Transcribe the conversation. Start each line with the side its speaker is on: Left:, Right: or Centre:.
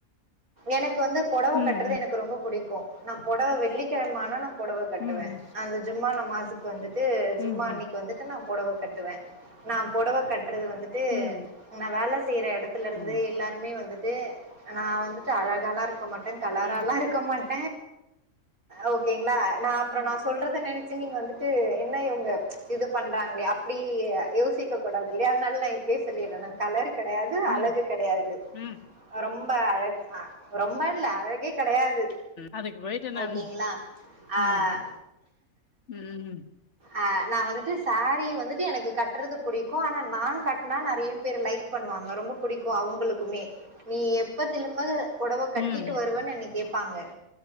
Right: எனக்கு வந்து பொடவ
Left: ம்
Right: கட்றது எனக்கு ரொம்ப புடிக்கு நா பொடவ வெள்ளிக்கெழமான நா பொடவ கட்டுவே
Left: ம் ம்
Right: அந்த ஜும்மானா மாசுக்கு வந்துட்டு ஜும்மா
Left: ம்
Right: அன்னைக்கு வந்துட்டு நா பொடவ கட்டுவே நா பொடவ கட் றது வந்துட்டு
Left: ம் ம்
Right: நா வேல செய்ற எடத்துல இருந்து
Left: ம்
Right: எல்லாருமே வந்துட் பே நா வந்துட்டு அழகாலா இருக்க மாட்டே கலராலா
Left: ம்
Right: இருக்க மாட் ஓகேங்களா நா அப்பரா
Left: ம்
Right: நா சொல்றது நெ நீங்க வந்துட்டு என்ன இவங்க இது பண்றாங்களே அப்டி யோசிக்க கூடாது இல்லையா அதனால நா இப்பயே சொல்லிடுறேன் நா கலரு கெடையாது
Left: ம்
Right: அலகு
Left: ம்
Right: கிடையாது
Left: ம்
Right: ரொம்ப ரொம்ப அழகா ரொம்ப இல்ல அழகே கெடையாது
Left: அதுக்கு போயிட்டு என்ன
Right: ஓகேங்களா
Left: ம்
Right: அஹ்
Left: ம் ம்
Right: அஹ் நான் வந்துட்டு சேரீ வந்துட்டு எனக்கு கட்டுறது பிடிக்கும் ஆனா நான் கட்னா நிறைய பேர் லைக் பண்ணுவாங்க ரொம்ப பிடிக்கும் அவங்களுக்குமே நீ எப்ப திலும்ப புடவை கட்டிட்டு
Left: ம் ம்
Right: வருவன்னு அன்னைக்கு பாப்பாங்க